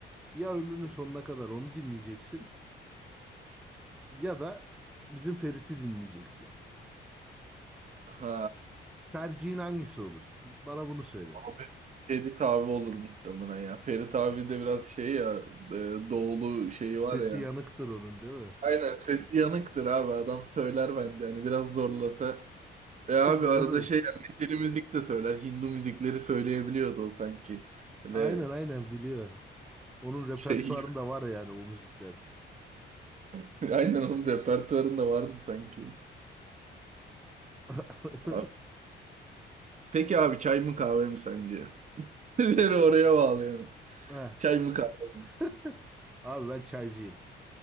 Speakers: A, in the centre; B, on the right.
A: Ya ömrünün sonuna kadar onu dinleyeceksin ya da bizim Ferit'i dinleyeceksin.
B: Ha.
A: Tercihin hangisi olur? Bana bunu söyle.
B: Abi Ferit abi olur muhtemelen ya. Ferit abi de biraz şey ya e, doğulu
A: S-
B: şeyi var
A: Sesi
B: ya.
A: yanıktır onun değil mi?
B: Aynen sesi yanıktır abi adam söyler bence hani biraz zorlasa. Ve abi
A: <laughs> Doğru.
B: arada şey yani neşeli müzik de söyler Hindu müzikleri söyleyebiliyordu o sanki. Böyle
A: Aynen aynen biliyor. Onun repertuarında
B: şey gibi.
A: var yani o müzikler.
B: <laughs> Aynen onun repertuarında vardı sanki.
A: <laughs>
B: Abi- Peki abi çay mı kahve mi sence? <laughs> Beni oraya bağlayalım.
A: Heh.
B: Çay mı kahve mi?
A: <laughs> Abi ben çaycıyım.